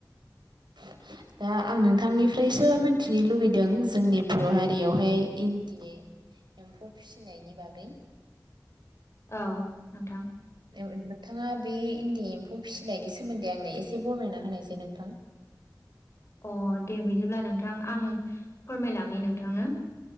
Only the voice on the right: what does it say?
<unintelligible> <inaudible> दा आं नोंथांनिफ्रायसो मिथिनो लुुबैदों जोंनि बर' हारियावहाय इन्दि एम्फौ फिसिनायनि बागै
नोंथाङा बे इन्दि एम्फौ फिसिनायनि सोमोन्दै आंनो एसे बरनायना होनायसाय नोंथां